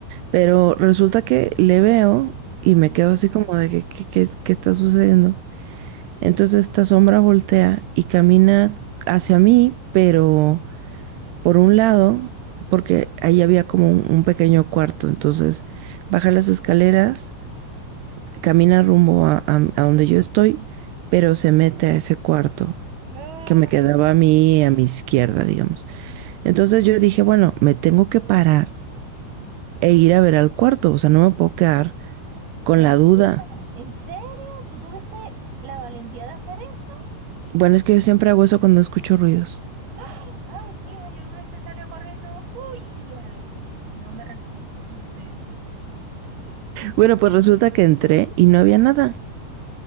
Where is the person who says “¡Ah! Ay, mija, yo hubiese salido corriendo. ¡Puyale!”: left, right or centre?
Right